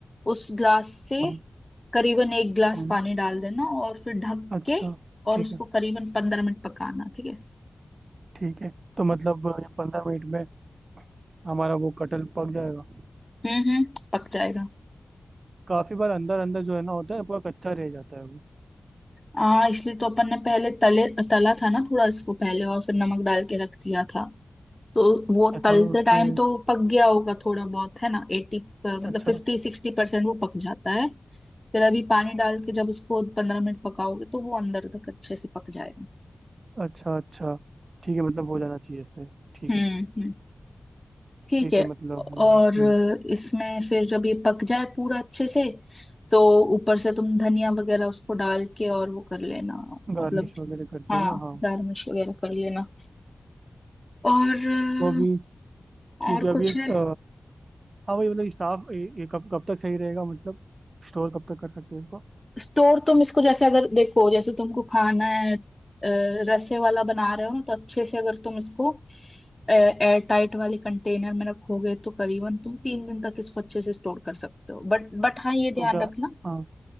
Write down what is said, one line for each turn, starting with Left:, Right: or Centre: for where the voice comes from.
Left: उस ग्लास से
Right: हाँ
Left: करीबन एक ग्लास
Right: हाँ,
Left: पानी डाल देना और फिर ढक
Right: अच्छा
Left: के
Right: ठीक
Left: और उसको
Right: है
Left: करीबन पंद्रह मिनट पकाना ठीक है
Right: ठीक है तो मतलब ये पंद्रह मिनट में हमारा वो कटहल पक जाएगा
Left: हम्म हम्म पक जाएगा
Right: काफी बार अंदर अंदर जो है ना होता है पूरा कच्चा रह जाता है वो
Left: हाँ इसलिए तो अपन ने पहले तले तला था ना थोड़ा इसको पहले और फिर नमक डाल के रख दिया था तो वो
Right: अच्छा
Left: तलते
Right: मतलब उससे
Left: टाइम तो पक गया होगा थोड़ा बहुत है ना एटी मतलब
Right: अच्छा
Left: फिफ्टी सिक्सटी परसेंट वो पक जाता है फिर अभी पानी डाल के जब उसको पंद्रह मिनट पकाओगे तो वो अंदर तक अच्छे से पक जाएगा
Right: अच्छा अच्छा ठीक है मतलब हो जाना चाहिए इससे ठीक
Left: हम्म
Right: है
Left: हम्म, ठीक
Right: ठीक
Left: है
Right: है मतलब हम्म
Left: और इसमें फिर जब ये पक जाए पूरा अच्छे से तो ऊपर से तुम धनिया वगैरह उसको डाल के और वो कर लेना
Right: गार्निश
Left: मतलब
Right: वगैरह कर दिया
Left: हाँ
Right: ना हाँ
Left: दाल मिर्च वगैरह कर लेना और
Right: तो अभी ठीक
Left: और
Right: है अभी
Left: कुछ
Right: एक
Left: है
Right: अ, हाँ वही मतलब स्टाफ कब कब तक सही रहेगा मतलब स्टोर कब तक कर सकते हैं इसको
Left: स्टोर तुम इसको जैसे अगर देखो जैसे तुमको खाना है अ, रसे वाला बना रहे हो ना तो अच्छे से अगर तुम इसको एयर टाइट वाले कंटेनर में रखोगे तो करीबन तुम तीन दिन तक इसको अच्छे से स्टोर कर सकते हो बट बट हाँ ये
Right: तो
Left: ध्यान
Right: क्या
Left: रखना
Right: हाँ